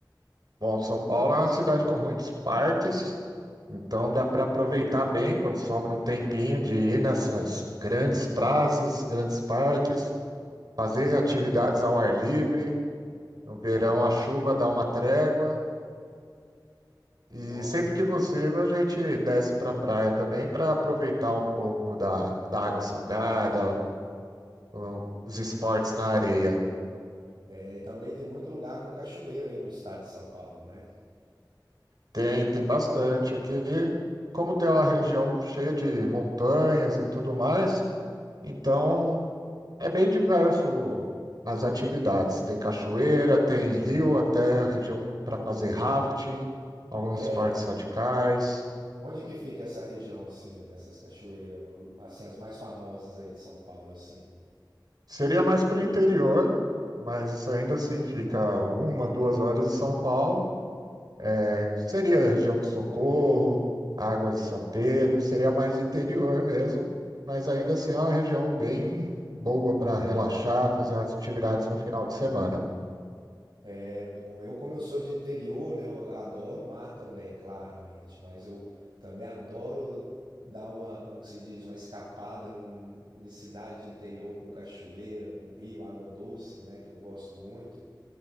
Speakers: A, on the right (about 55°); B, on the right (about 75°).
A: Bom, São Paulo é uma cidade com muitos parques. Então dá para aproveitar bem quando sobra um tempinho de ir nessas grandes praças, grandes parques, fazer
B: Hum.
A: atividades ao ar livre. No verão
B: Ah,
A: a chuva dá uma trégua e
B: não.
A: sempre que possível a gente desce para a praia também para aproveitar um pouco da, da água salgada, o- os esportes na areia.
B: É, e também tem muito lugar com cachoeira aí no estado de São Paulo, né?
A: Tem, tem bastante aqui. Como tem uma região cheia de montanhas e tudo mais, então É bem diverso as atividades. Tem cachoeira, tem rio, até a região para fazer rafting, alguns
B: É.
A: partes radicais.
B: Onde é que fica essa região assim, dessas cachoeiras, assim as mais famosas aí de São Paulo assim?
A: Seria mais para o interior, mas ainda assim fica uma, duas horas de São Paulo. É, seria a região de Socorro, Águas de São Pedro, seria mais interior mesmo, mas ainda assim é uma região bem boa para relaxar, fazer umas atividades no final de semana.
B: É bom, eu como eu sou de interior, né, eu adoro o mar também, claramente, mas eu também adoro dar uma, como que se diz, uma escapada num, em cidade de interior com cachoeira, com rio, água doce, né, que eu gosto muito.